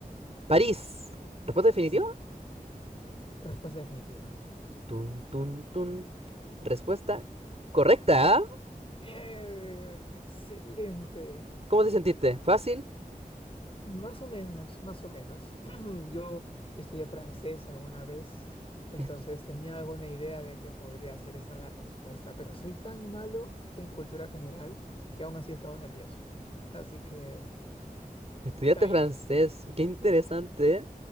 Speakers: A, on the right; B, on the left.
A: París. ¿Respuesta definitiva?
B: Sí, respuesta definitiva.
A: Tun, tun, tun. Respuesta correcta. ¿ah?
B: Bien, excelente.
A: ¿Cómo te sentiste? ¿Fácil?
B: Más o menos, más o menos. <clears throat> Yo estudié francés alguna vez, entonces
A: Estu-
B: tenía alguna idea de que podría ser esa la respuesta, pero soy tan malo en cultura general que aún así he estado nervioso. Así que
A: estudiaste
B: está bien.
A: francés. Qué interesante. ¿eh?